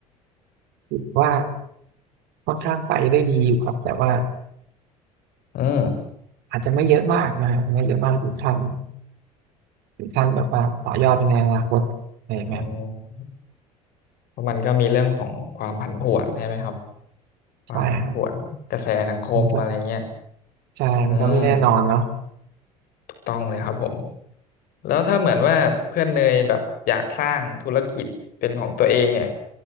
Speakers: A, on the right (about 55°); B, on the left (about 50°).
A: คิดว่า ค่อนข้างไปได้ดีอยู่ครับแต่ว่า
B: อืม
A: อาจจะไม่เยอะมากนะอาจจะไม่เยอะมากถึงขั้นถึงขั้นแบบว่าต่อยอดไปในอนาคตอะไรแบบนั้น
B: อ๋อเพราะมันก็มีเรื่องของความผันผวนใช่ไหมครับความผันผวนกระแสสังคมอะไรเงี้ย
A: ใช่ครับมันก็ใช่มันก็ไม่แน่นอนเนาะ
B: อืมถูกต้องเลยครับผมแล้วถ้าเหมือนว่าเพื่อนเนยแบบอยากสร้างธุรกิจเป็นของตัวเองเนี่ย